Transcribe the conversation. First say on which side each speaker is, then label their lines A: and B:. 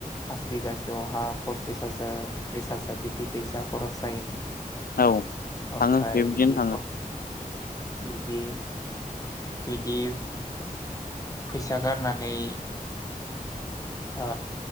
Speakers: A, on the left; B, on the left.
A: फास बिगासोआवहा पसिस हाजार त्रिस पास हाजार बिदि फैसा खरस जायोनो
B: औ थाङो
A: ओमफफ्राय
B: बेबायदिनो
A: बिदि
B: थाङो
A: बिदि बिदि फैसा गारनानै ओ